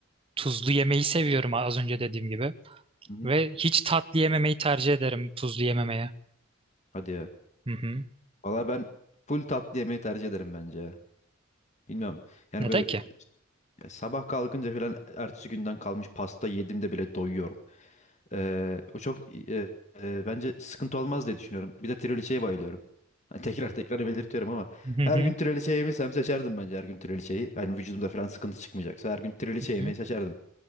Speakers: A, on the right; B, on the left.
A: tuzlu yemeyi seviyorum az önce dediğim gibi.
B: Hı hı.
A: Ve hiç tatlı yememeyi tercih ederim tuzlu yememeye.
B: Hadi ya.
A: Hı hı.
B: Valla ben full tatlı yemeyi tercih ederim bence ya. Bilmiyorum. Yani
A: Neden
B: böyle
A: ki?
B: E, Sabah kalkınca falan ertesi günden kalmış pasta yediğimde bile doyuyorum. Ee, o çok e, e, bence sıkıntı olmaz diye düşünüyorum. Bir de trileçeye bayılıyorum. <laughs> Ha, Tekrar tekrar belirtiyorum ama
A: Hı
B: her
A: hı.
B: gün trileçe yiyebilsem seçerdim bence her gün trileçeyi. Hani vücudumda falan sıkıntı çıkmayacaksa her gün trileçe
A: Hı
B: yemeyi
A: hı.
B: seçerdim.